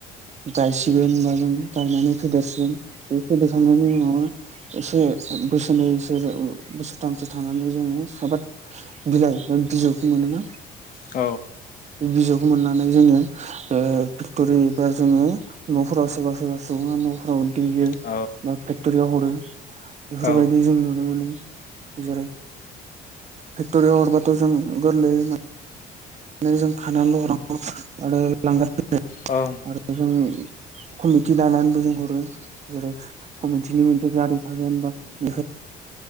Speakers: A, on the right (about 40°); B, on the left (about 55°).
A: गायसिगोन होनबा जों गायनानै फेदेरसिगोन बे फेदेरखांनायनि उनाव एसे बोसोरनै बोसोर बोसोरथामसो थांनानै जोंङो साबाद बिलाइ बा बिजौखौ मोनोना
B: औ
A: बिजौखौ मोननानै जोंङो फेक्टरि बा जोंङो न'फोराव सोरबा सोरबा सुबुंङा न'फोराव देयो
B: औ
A: बा फेक्टरियाव हरो बेफोरबायदि
B: दा
A: जों नुनो मोनो जेरै फेक्टरियाव हरबाथ जों गोरलैयै जों खानानैल हरनांगौ आरो लांग्राफोरनो
B: ओं
A: आरो जों कमिटि दानानैबो जों हरो जेरै कमटिनि मोनसे गारि थागोन बा <unintelligible>